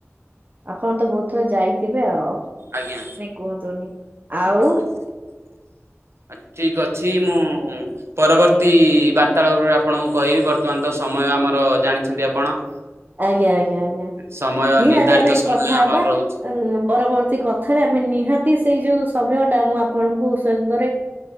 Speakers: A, on the right; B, on the right.
A: ଆପଣ ତ ବହୁତ ଥର ଯାଇଥିବେ ଆଉ ନାଇ
B: ଆଜ୍ଞା
A: କୁହନ୍ତୁନି। ଆଉ
B: ଆଜ୍ଞା ଠିକ ଅଛି ମୁଁ ପରବର୍ତ୍ତୀ ବାର୍ତ୍ତାଳାପରେ ଆପଣଙ୍କୁ କହିବି ବର୍ତ୍ତମାନ ତ ସମୟ ଆମର ଜାଣିଛନ୍ତି ଆପଣ
A: ଆଜ୍ଞା ଆଜ୍ଞା ଆଜ୍ଞା।
B: ସମୟ
A: ନିହାତି
B: ନିର୍ଦ୍ଧାରିତ
A: ଆମେ
B: ସମୟ
A: କଥା
B: ଆମର
A: ହବା
B: ରହୁଛି
A: ଉ ପରବର୍ତ୍ତୀ କଥାରେ ଆମେ ନିହାତି ସେଇ ଯୋଉ ସମୟ ଟା ମୁଁ ଆପଣଙ୍କୁ ସାଙ୍ଗରେ